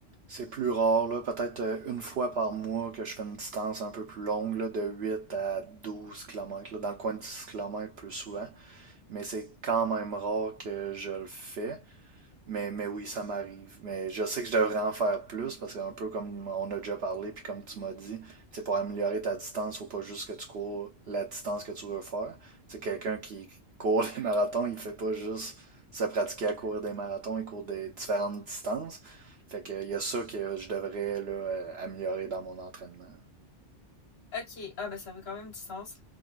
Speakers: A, on the right (about 65°); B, on the left (about 55°).
A: C'est plus rare, là, peut-être euh, une fois par mois que je fais une distance un peu plus longue, là, de 8 à 12 kilomètres là, dans le coin de 10 kilomètres plus souvent. Mais c'est quand même rare que je le fais. Mais, mais oui, ça m'arrive. Mais je sais que je devrais en faire plus parce qu'un peu comme on a déjà parlé, puis comme tu m'as dit, c'est pour améliorer ta distance, faut pas juste que tu cours la distance que tu veux faire. C'est quelqu'un qui court des marathons, il fait pas juste se pratiquer à courir des marathons, il court des différentes distances. Fait que il y a ça que je devrais là, euh, améliorer dans mon entraînement.
B: Ok, ah ben ça fait quand même distance.